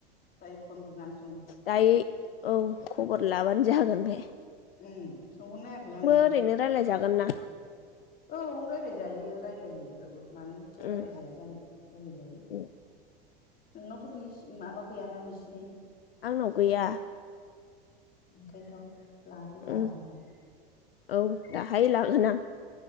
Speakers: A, on the left (about 30°); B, on the left (about 75°).
A: दायो फनबुनानैसो
B: दायो औ खबर लाबानो जागोन दे
A: उम सोंहर नायाखै आङो
B: ओरैनो रायलायजागोन ना
A: औ रायलाय जायो रायलायो <unintelligible> मानोथो
B: उम
A: रायलायजाया जानो रायलाय जायो
B: उम
A: नवावथ' बेस माबा गैयाना बिसिनि।
B: आंनाव गैया।
A: ओंखायनथ'। लादोब्रा
B: उम
A: आं होगोन।
B: औ दाहाय लागोन आं।